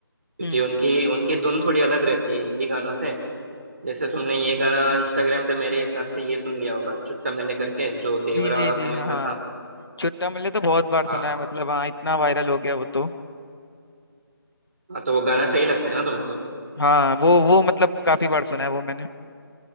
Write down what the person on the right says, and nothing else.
क्योंकि
उनकी उनकी धुन थोड़ी अलग रहती है हिंदी गानों से जैसे तुमने ये गाना इंस्टाग्राम पे मेरे हिसाब से ये सुन लिया होगा चुट्टा मिलने करके जो देवरा
फिल्म
का था
हाँ
हाँ तो वो गाना सही लगता है ना तुम्हें तो